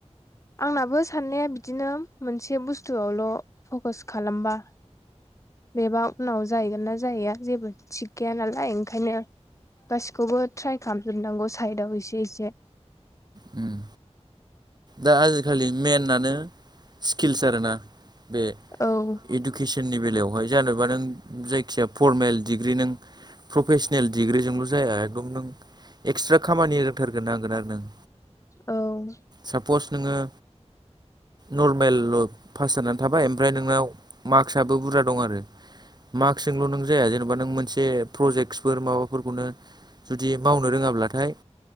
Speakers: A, on the left (about 25°); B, on the right (about 35°).
A: आंनाबो साननाया बिदिनो मोनसे बुस्थुआवल' फकास खालामबा बेबा उनाव जाहैगोन ना जाहैया जेबो थिग गैया नालाय ओंखायनो गासिखौबो ट्राइ खालामजोबनांगौ साइडआव एसे एसे
B: होम दा आजिखालि मेनानो स्किल्स आरोना बे
A: औ
B: इडुकेसननि बेलायावहाय जेनबा नों जायखिजाया फरमेल डिग्रि नों प्रफेसनेल डिग्रिजोंल' जाया एखदम नों एक्सट्रा खामानि रोंथारग्रोनांगोन आरो नों
A: औ
B: साप'स नोंङो नरमेल' पास जानानै थाबाय ओमफ्राय नोंनाव मार्कसाबो बुरजा दं आरो मार्कसजोंल' नों जाया जेनेबा नों मोनसे प्रजेक्टसफोर माबाफोरखौनो जुदि मावनो रोङाब्लाथाय